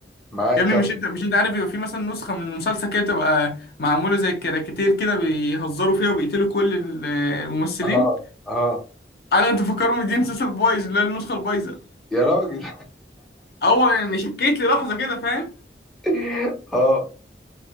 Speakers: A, in the centre; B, on the left.
A: معاك
B: يا ابني
A: كم
B: مش انت مش انت عارف يبقى في مثلا نسخة من المسلسل كده بتبقى معمولة زي الكاريكاتير كده بيهزروا فيها وبيقتلوا كل ال- الممثلين
A: اه اه
B: انا كنت مفكرهم دي مسلسل بايظ اللي هي النسخة البايظة
A: يا راجل
B: اول يعني شكيت لي لحظة كده فاهم
A: <laughs> اه